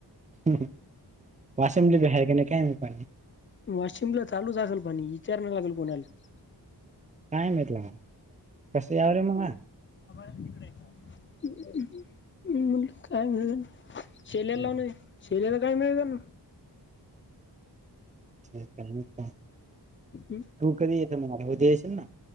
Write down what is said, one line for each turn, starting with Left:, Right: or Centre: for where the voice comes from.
Right: हुं हू वाषम ले बी हाय का नाय काय माहीत पाणी.
Left: वाशिम ला चालू झालं पाणी विचारयला लागेल कोणाला.
Right: <unintelligible>
Left: आ मु काय घ शेल्या
Right: हम्म
Left: लावून शेल्याला काय मिळे त्यां
Right: ते का का
Left: हमम.
Right: तू कधी येतं मला उद्याशील ना.